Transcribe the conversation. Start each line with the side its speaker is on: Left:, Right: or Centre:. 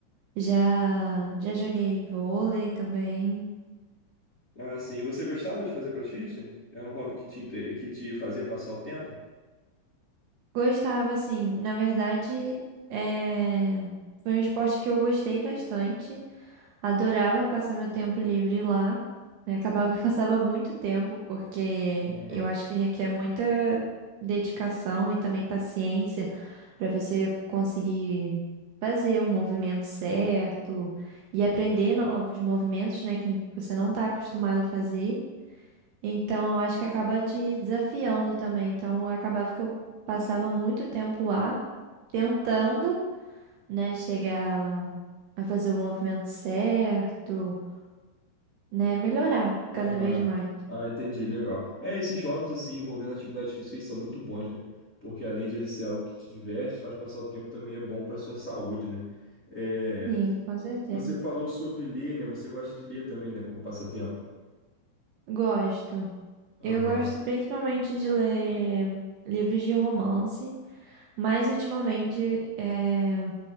Right: já já joguei vôlei também.
Left: Ah, sim. E Você gostava de fazer CrossFit? Era um hobby que te, inte- que te fazia passar o tempo?
Right: Gostava, assim. Na verdade, é, foi um esporte que eu gostei bastante. Adorava passar meu tempo livre lá. né? Acabava que <laughs> eu passava muito tempo, porque
Left: Aham.
Right: eu acho que requer muita dedicação e também paciência para você conseguir fazer um movimento certo e aprender novos movimentos, né, que você não está acostumado a fazer. Então, eu acho que acaba te desafiando também. Então, acabava que eu passava muito tempo lá tentando, né, chegar a fazer o movimento certo, né, melhorar
Left: Aham.
Right: cada vez mais.
Left: Ah, entendi, legal. É, esses hobbies, assim, envolvendo atividade física, eles são muito bons, né? Porque além de ele ser algo que te diverte, faz passar o tempo, também é bom para sua saúde, né? É,
Right: Sim, com certeza.
Left: você falou sobre ler, né? Você gosta de ler também, né? Como passatempo.
Right: Gosto.
Left: Aham,
Right: Eu gosto principalmente de ler livros de romance, mas ultimamente eh,